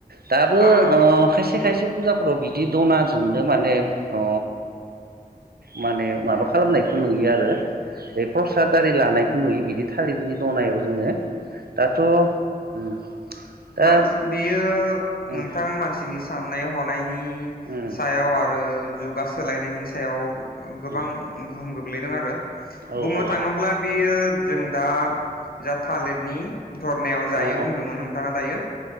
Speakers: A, on the right; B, on the left.
A: दाबो
B: आं
A: अ खायसे खायसे पुजाफोराव बिदि दना जोंल माने ओ माने माबा खालामनायखो नुयो आरो प्रसाद आरि लानायखौ नुयो बिदि बे थालिरनि दनायाव जोङो दाथ उम दा
B: मानस बेयो
A: उम
B: नोंथां मानसिनि साननाय हनाय नायनि
A: उम
B: सायाव आरो जुगा सोलायनायनि सायाव गोबां
A: उम
B: गोहोम गो ग्लैदों आरो।
A: औ
B: बुंनो
A: औ
B: थाङोब्ला बेयो जों
A: अ
B: दा जा थालेदनि धरनायाव जायो
A: औ
B: बुंदोंमोन नों दायो।